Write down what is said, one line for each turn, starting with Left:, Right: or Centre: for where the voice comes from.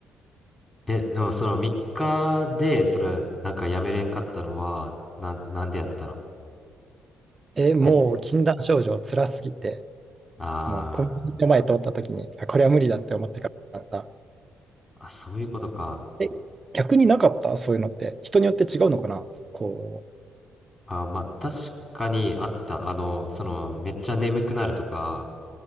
Left: え、でもその3日で、その、なんかやめれんかったのは、なん、なんでやったの
Right: え、もう禁断症状辛すぎて、
Left: いや、あ
Right: もうコンビニの前通った時に、あ、これは無理だって思ってかった。
Left: ーあ、そういうことか。
Right: え、逆になかったそういうのって。人によって違うのかなこ
Left: あー、まあ、確かにあった。あの、その、めっちゃ眠くなるとか、